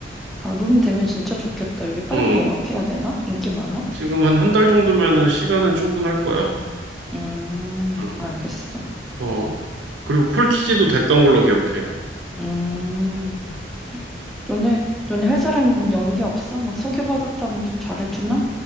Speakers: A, in the centre; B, on the right.
A: 아, 룸 되면 진짜 좋겠다. 여기 빨리
B: 응.
A: 예약해야 되나? 인기 많아?
B: 지금 한 한 달 정도면은 시간은 충분할 거야.
A: 응. 음,
B: 응.
A: 알겠어.
B: 어. 그리고 콜키지도 됐던 걸로 기억해.
A: 음, 너네, 너네 회사랑 뭐 연기 없어? 막 소개받았다면 좀 잘해주나?